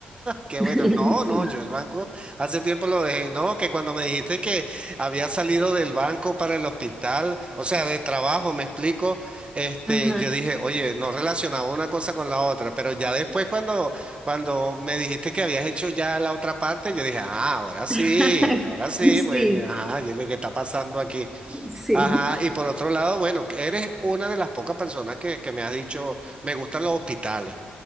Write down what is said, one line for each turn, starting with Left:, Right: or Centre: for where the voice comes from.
Right: Qué bueno,
Centre: <laughs>
Right: no, no,
Centre: Sí.
Right: yo el banco hace tiempo lo dejé, no, que cuando me dijiste que había salido del banco para el hospital, o sea, de trabajo, me explico, este,
Centre: Ajá.
Right: yo dije, oye, no relacionaba una cosa con la otra, pero ya después cuando, cuando me dijiste que habías hecho ya la otra parte, yo dije, ah, ahora sí,
Centre: <laughs>
Right: ahora sí,
Centre: Sí,
Right: pues, ajá, yo dije, ¿qué está pasando aquí?
Centre: sí.
Right: Ajá, y por otro lado, bueno, que eres una de las pocas personas que, que me has dicho, me gustan los hospitales.